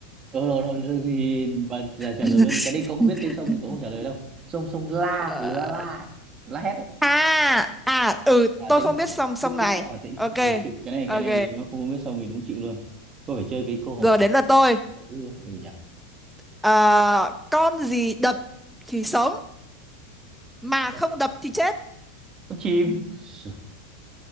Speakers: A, on the right; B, in the centre.
A: Rồi, rồi, rồi, thì bà trả, trả
B: <laughs>
A: lời luôn cái này cậu không
B: à.
A: biết tên sông thì cậu không trả lời đâu sông sông La
B: Ờ,
A: Lứa La ấy. La Hét ấy
B: à à ừ
A: Hà
B: tôi
A: Tĩnh
B: không biết sông sông
A: Đức
B: này
A: Đức Thọ Hà Tĩnh
B: ok
A: ừ, chịu cái này
B: ok
A: cái này mà không biết sông thì đúng chịu luôn có phải chơi cái câu hỏi
B: giờ
A: này
B: đến lượt tôi
A: ừ, ừ ừ nhỉ
B: Ờ, con gì đập thì sống mà
A: đập
B: không đập thì chết
A: con chim Sửa.